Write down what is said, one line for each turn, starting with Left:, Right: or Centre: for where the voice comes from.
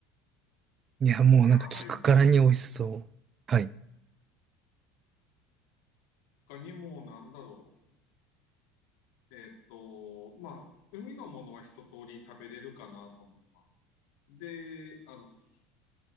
Right: いや、もうなんか聞くからに美味しそう。
Left: まだないという。
Right: はい。
Left: 他にもなんだろう。えーっと、まあ、海のものは一通り食べれるかなと思います。で、あの、す